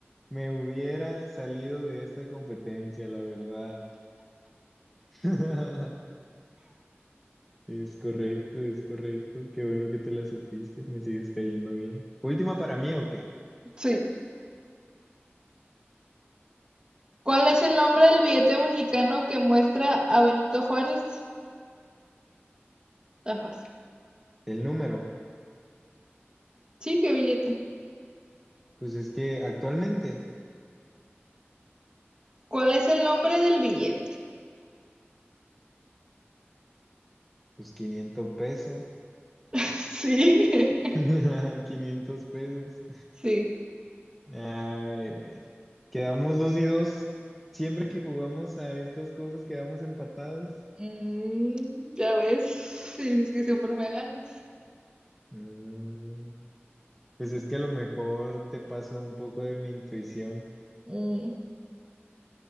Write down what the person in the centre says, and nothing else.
me hubiera salido de esta competencia, la verdad. <laughs> Es correcto, es correcto. Qué bueno que te la supiste, me sigues cayendo bien. Última para mí, ¿o qué?
El número.
Pues es que actualmente,
pues quinientos pesos.
<laughs>
500 pesos.
Ay, bueno. Quedamos dos y dos. Siempre que jugamos a estas cosas, quedamos empatados.
Mm. Pues es que a lo mejor te paso un poco de mi intuición.